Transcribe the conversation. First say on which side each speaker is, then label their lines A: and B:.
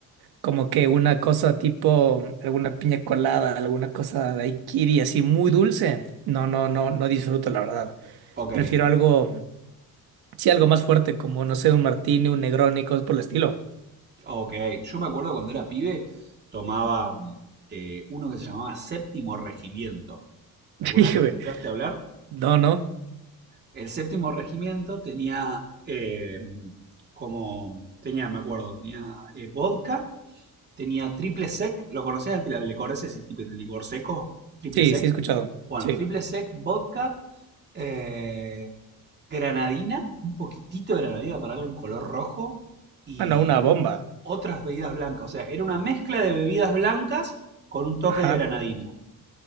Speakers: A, on the right; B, on the right.
A: como que una cosa tipo alguna piña colada, alguna cosa de daiquiri así muy dulce. No, no, no, no disfruto, la verdad.
B: Ok,
A: Prefiero algo, sí, algo más fuerte, como no sé, un martini, un Negroni, cosas por el estilo. <laughs>
B: ok. Yo me acuerdo cuando era pibe, tomaba mm, eh, uno que se llamaba Séptimo Regimiento. ¿Alguna
A: Sí,
B: vez lo
A: güey.
B: escuchaste hablar?
A: No, no.
B: El séptimo regimiento tenía eh, como. Tenía, me acuerdo, tenía eh, vodka, tenía triple sec. ¿Lo conocías el licor ese? ese tipo de licor seco? Triple
A: Sí,
B: sec.
A: sí he escuchado.
B: Bueno,
A: Sí.
B: triple sec, vodka, eh, granadina, un poquitito de granadina para darle un color rojo y
A: Ah, no, una bomba.
B: otras bebidas blancas. O sea, era una mezcla de bebidas blancas con un toque
A: Ajá.
B: de granadina.